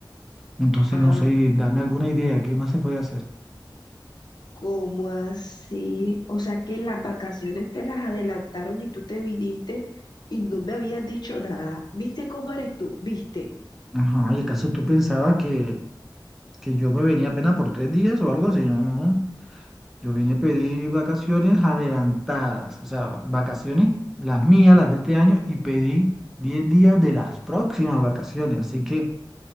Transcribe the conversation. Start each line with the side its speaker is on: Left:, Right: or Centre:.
Centre: Entonces,
Left: Ah,
Centre: no sé, dame alguna idea, ¿qué más se puede hacer?
Left: ¿Cómo así? O sea que las vacaciones te las adelantaron y tú te viniste y no me habías dicho nada. ¿Viste cómo eres tú? ¿Viste?
Centre: Ajá, ¿y acaso tú pensabas que, que yo me venía apenas por tres días o algo así? No, no. Yo vine a pedir vacaciones adelantadas, o sea, vacaciones, las mías, las de este año, y pedí 10 días de las próximas vacaciones. Así que